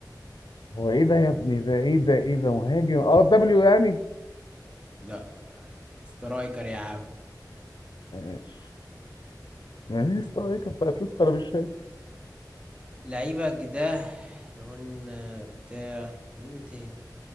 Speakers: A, on the left; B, on the right.
A: هو ايه ده يا ابني ده ايه ده ايه ده مهاجم اه دبليو يعني
B: لا سترايكر يا عم
A: ماشي ما مين سترايكر في اتلتيكو انا مش فاهم
B: لعيبك ده احنا قلنا بتاع مين تاني